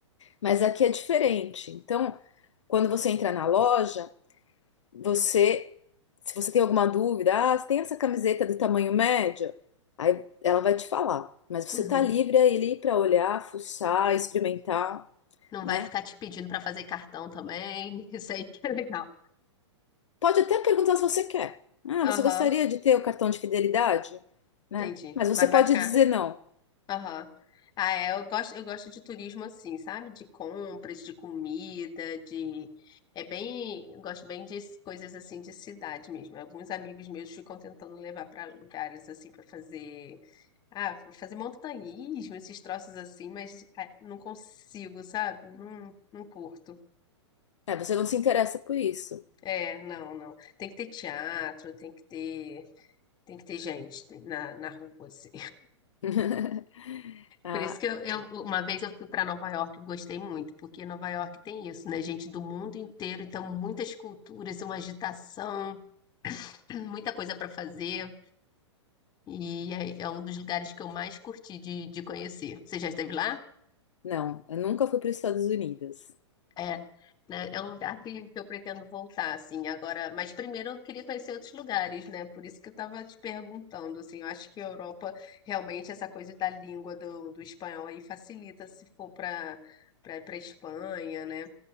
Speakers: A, on the left (about 75°); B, on the left (about 30°).
A: Mas aqui é diferente. Então, quando você entra na loja, você, se você tem alguma dúvida, ah, você tem essa camiseta do tamanho médio? Aí ela vai te falar. Mas você
B: uhum.
A: tá livre aí ali para olhar, fuçar, experimentar,
B: Não
A: né?
B: vai ficar te pedindo para fazer cartão também. <laughs> Isso aí que é legal.
A: Pode até perguntar se você quer. Ah,
B: Aham,
A: você gostaria de ter o cartão de fidelidade? Né?
B: entendi.
A: Mas você
B: Mas não
A: pode
B: vai ficar
A: dizer não.
B: Aham. Ah, é, eu gosto, eu gosto de turismo assim, sabe? De compras, de comida, de... É bem... eu Gosto bem de coisas assim de cidade mesmo. Alguns amigos meus ficam tentando levar para lugares assim para fazer... Ah, para fazer montanhismo, esses troços assim, mas ah, não consigo, sabe? Não, não curto.
A: É, você não se interessa por isso.
B: É, não, não. Tem que ter teatro, tem que ter... Tem que ter gente na, na rua, assim.
A: <laughs> Ah,
B: Por isso que eu, eu- uma vez eu fui para Nova York e gostei muito, porque Nova York tem isso, né? Gente do mundo inteiro, então muitas culturas, uma agitação, <clears throat> muita coisa para fazer. E é, é um dos lugares que eu mais curti de, de conhecer. Você já esteve lá?
A: não, eu nunca fui para os Estados Unidos.
B: É. né? É um lugar que que eu pretendo voltar, assim, agora. Mas primeiro eu queria conhecer outros lugares, né? Por isso que eu estava te perguntando, assim, eu acho que a Europa, realmente, essa coisa da língua do, do espanhol aí facilita se for para para para Espanha, né?